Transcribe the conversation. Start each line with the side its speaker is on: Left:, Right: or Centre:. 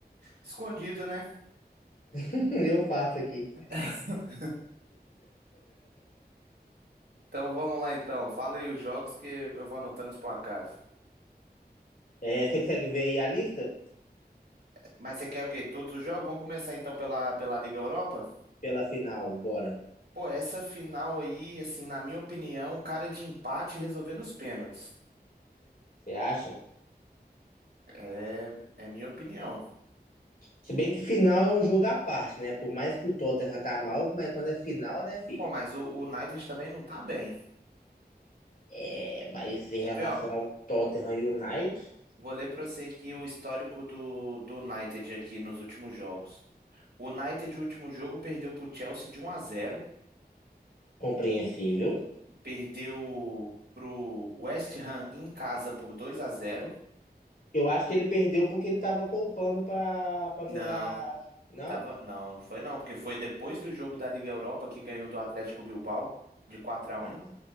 Right: escondido, né?
Left: <laughs> Eu faço aqui.
Right: <laughs> Então vamos lá então. Fala aí os jogos que eu vou anotando os placares.
Left: É, você consegue ver aí a lista
Right: Mas você quer o quê? Todos os jogos? Vamos começar então pela, pela Liga Europa?
Left: pela final, bora.
Right: Pô, essa final aí, assim, na minha opinião, cara de empate resolvendo os pênaltis.
Left: Você acha?
Right: É, é minha opinião.
Left: Se bem que final é um jogo à parte, né? Por mais que o Tottenham tá mal, mas quando é final, né, filho
Right: Pô, mas o, o United também não tá bem.
Left: É, mas em
Right: Quer
Left: relação
Right: ver, ó?
Left: ao Tottenham United,
Right: Vou ler pra você aqui o histórico do, do United aqui nos últimos jogos. O United, o último jogo, perdeu pro Chelsea de um a zero,
Left: compreensível.
Right: perdeu pro West Ham em casa por 2 a zero.
Left: Eu acho que ele perdeu porque ele tava poupando pra, pra jogar.
Right: Não,
Left: Não?
Right: tava, não, não foi não, porque foi depois do jogo da Liga Europa que ganhou do Atlético Bilbao de 4 a um.
Left: Ah,